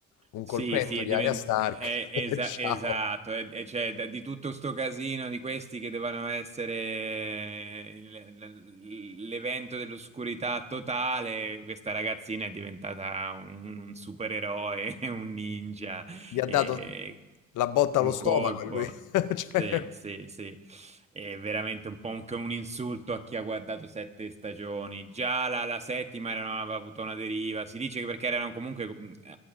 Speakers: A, on the left; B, on the right.
A: Un
B: Sì,
A: colpetto
B: sì, è
A: di
B: divent-
A: Arya Stark,
B: è- esa-
A: <laughs> ciao,
B: esatto, è- è- cioè, da- di tutto sto casino di questi che devono essere il- l- l'evento dell'oscurità totale, questa ragazzina è diventata un, un supereroe, <laughs> un ninja,
A: gli ha
B: e
A: dato la botta
B: un
A: allo stomaco
B: colpo.
A: e lui, <laughs>
B: Sì,
A: cioè...
B: sì, sì, è veramente un po' anche un insulto a chi ha guardato sette stagioni. Già la, la settima era- aveva avuto una deriva. Si dice che perché erano comunque mh, eh,